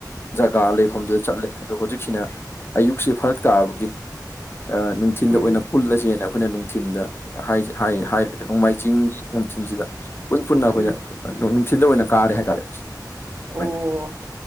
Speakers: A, on the left; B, on the right.
A: ꯖꯒꯥ ꯂꯩꯐꯝꯗꯨꯗ ꯆꯠꯂꯦ ꯑꯗꯣ ꯍꯧꯖꯤꯛꯁꯤꯅ ꯑꯌꯨꯛꯁꯦ ꯐꯔꯛ ꯇꯥꯕꯒꯤ꯫ ꯑ ꯅꯨꯡꯊꯤꯟꯗ
B: ꯎꯝ
A: ꯑꯣꯏꯅ꯫ ꯄꯨꯜꯂꯁꯦꯅ ꯑꯩꯈꯣꯏꯅ ꯅꯨꯡꯊꯤꯟꯗ ꯍꯥꯢꯔꯖꯤ ꯍꯥꯏꯔ ꯍꯥꯏꯔꯒꯗꯤ ꯅꯣꯡꯃꯥꯏꯖꯤꯡꯒꯤ ꯅꯨꯡꯊꯤꯟꯖꯤꯗ꯫ ꯄꯨꯟ ꯄꯨꯟꯅ ꯑꯈꯣꯏꯅ
B: ꯎꯝ
A: ꯅꯨꯡꯊꯤꯜꯗ ꯑꯣꯏꯅ ꯀꯥꯔꯦ ꯍꯥꯏꯇꯥꯔꯦ ꯑꯈꯣꯏꯅ꯫
B: ꯑꯣ